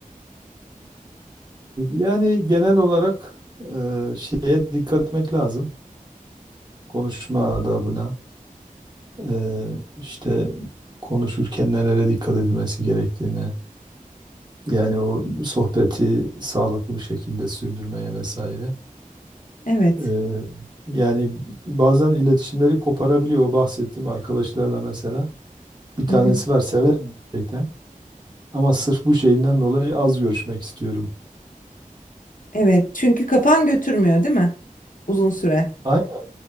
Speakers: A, on the right; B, on the left.
A: Yani genel olarak e, şeye dikkat etmek lazım. Konuşma adabına, e, işte konuşurken nelere dikkat edilmesi gerektiğine, yani o sohbeti sağlıklı bir şekilde sürdürmeye vesaire.
B: Evet.
A: E, yani bazen iletişimleri koparabiliyor. O bahsettiğim arkadaşlarla mesela bir tanesi
B: Hı hı.
A: var sever gerçekten ama sırf bu şeyinden dolayı az görüşmek istiyorum
B: Evet. Çünkü kafan götürmüyor değil mi? Uzun süre.
A: Aynen.